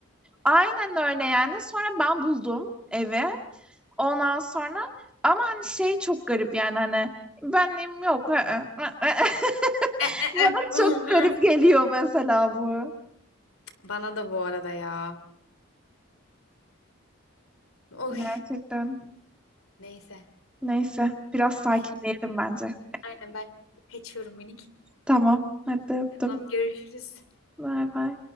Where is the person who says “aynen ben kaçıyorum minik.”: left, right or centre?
Left